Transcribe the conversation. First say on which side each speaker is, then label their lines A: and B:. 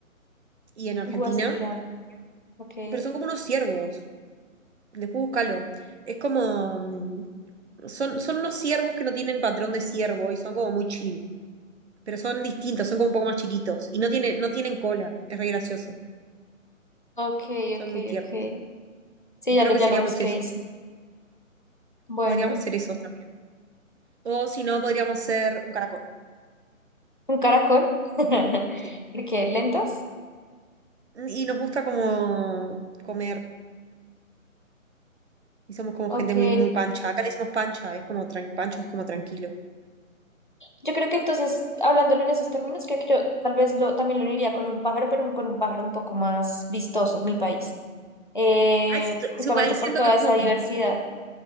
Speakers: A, on the right; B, on the left.
A: y en Argentina,
B: Guasubirán, ok,
A: pero son como unos ciervos. Después búscalo. Es como... mm, Son, son unos ciervos que no tienen patrón de ciervo y son como muy chill. Pero son distintos, son como un poco más chiquitos. Y no tienen, no tienen cola. Es re gracioso.
B: ok,
A: Son
B: ok,
A: muy tiernos.
B: ok. Sí,
A: Y
B: ya
A: creo
B: lo,
A: que
B: ya
A: seríamos
B: lo busqué,
A: eso.
B: hice. Bueno,
A: Podríamos ser esos también. O si no, podríamos ser un caracol.
B: un caracol, <laughs>
A: Sí.
B: porque lentos,
A: Y nos gusta como comer. Y somos como
B: ok.
A: gente muy, muy pancha. Acá le decimos pancha, es como tran- pancho es como tranquilo.
B: Yo creo que entonces, hablándolo en esos términos, creo que yo tal vez lo, también lo uniría con un pájaro, pero un- con un pájaro un poco más vistoso, mi país. Eh,
A: Ay, sí, su
B: justamente
A: su país
B: por
A: siento
B: toda
A: que es como,
B: esa diversidad.